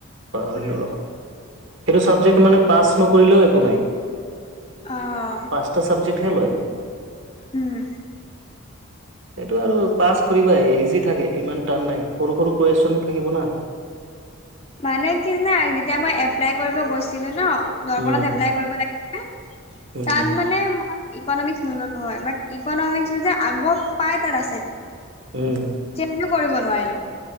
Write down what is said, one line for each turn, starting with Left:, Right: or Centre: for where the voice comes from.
Right: পাহৰিলোঁ
Left: উম,
Right: ৰবা! সেইটো চাবজেক্ট মানে পাছ নকৰিলেও একো নাই।
Left: আহ
Right: পাঁচটা চাবজেক্টহে লয়
Left: উম।
Right: এইটো আৰু পাছ কৰিবাই ইজি থাকে ইমান টান নাই, সৰু - সৰু কুৱেচন থাকিব না।
Left: মানে কি জানা? যেতিয়া মই এপ্লাই কৰিব গৈছিলো ন দৰ্পণত
Right: উম
Left: এপ্লাই কৰিব লাগি <inaudible>
Right: উম
Left: তাত মানে মই ইকনমিক্স নললো হয়, বাট ইকনমিক্স যযে আগৰ পাই তাত আছে। চেঞ্জো
Right: উম
Left: কৰিব নোৱাৰিলো।